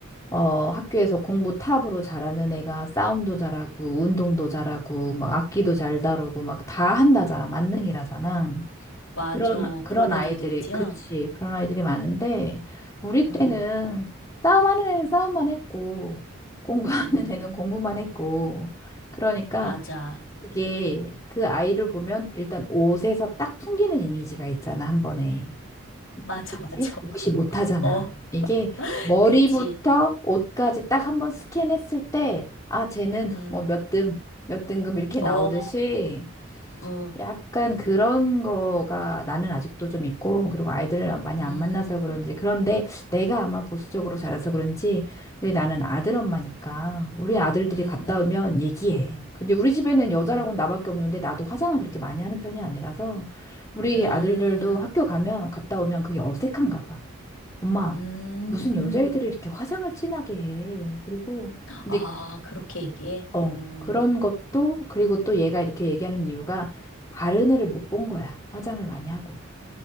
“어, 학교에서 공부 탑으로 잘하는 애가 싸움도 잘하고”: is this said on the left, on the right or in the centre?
Left